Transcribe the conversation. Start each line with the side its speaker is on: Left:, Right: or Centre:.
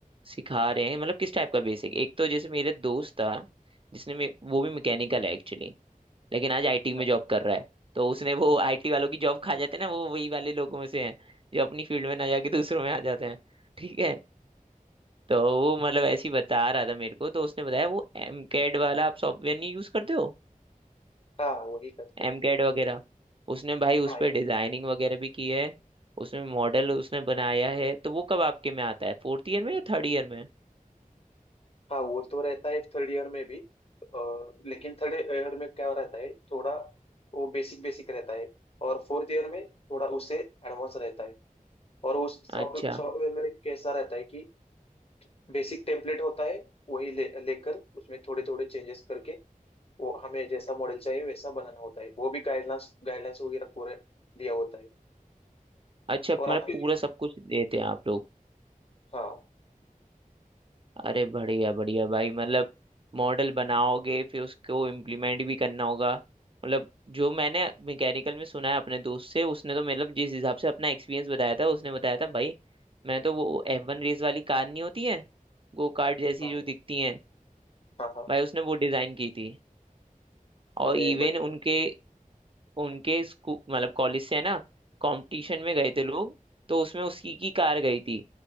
Right: सिखा रहे हैं मतलब किस टाइप का बेसिक एक तो जैसे मेरे दोस्त था जिसने मे- वो भी मैकेनिकल है एक्चुअली लेकिन आज आईटी में
Left: हाँ
Right: जॉब कर रहा है तो उसने वो आईटी वालों की जॉब खा जाते हैं ना वो वही वाले लोगों में से हैं जो अपनी फील्ड में ना जाके दूसरों में आ जाते हैं ठीक है तो वो मतलब ऐसे ही बता रहा था मेरे को तो उसने बताया वो एम कैड वाला आप सॉफ्टवेयर नहीं यूज करते हो
Left: हाँ, वही करते हैं
Right: एम कैड वगैरह उसने भाई उस
Left: हाँ
Right: पर
Left: okay।
Right: डिजाइनिंग वगैरह भी की है उसमें मॉडल उसने बनाया है तो वो कब आपके में आता है फोर्थ ईयर में या थर्ड ईयर में
Left: हाँ वो तो रहता है थर्ड ईयर में भी अ, लेकिन थर्ड ईयर में क्या रहता है थोड़ा वो बेसिक बेसिक रहता है और फोर्थ ईयर में थोड़ा उससे एडवांस रहता है और उस सॉफ्टवेयर
Right: अच्छा
Left: सॉफ्टवेयर में कैसा रहता है कि बेसिक टेम्पलेट होता है वही ले लेकर उसमें थोड़े थोड़े चेंजेस करके वो हमें जैसा मॉडल चाहिए वैसा बनाना होता है वो भी गाइडलाइंस गाइडलाइंस वगैरह पूरे दिया होता है
Right: अच्छा मतलब
Left: और आपके
Right: पूरा सब कुछ देते हैं आप लोग
Left: हाँ
Right: अरे बढ़िया बढ़िया भाई मतलब मॉडल बनाओगे फिर उसको इम्प्लीमेंट भी करना होगा मतलब जो मैंने मैकेनिकल में सुना है अपने दोस्त से उसने तो मतलब जिस हिसाब से अपना एक्सपीरियंस बताया था उसने बताया था भाई मैं तो वो एफ वन रेस वाली कार नहीं होती है गो कार्ट जैसी
Left: हाँ
Right: जो दिखती हैं
Left: हाँ हाँ
Right: भाई उसने वो डिजाइन की थी और
Left: अरे
Right: इवन
Left: बढ़िया
Right: उनके उनके स्कूल मतलब कॉलेज से है ना कंपटीशन में गए थे लोग तो उसमें उसकी की कार गई थी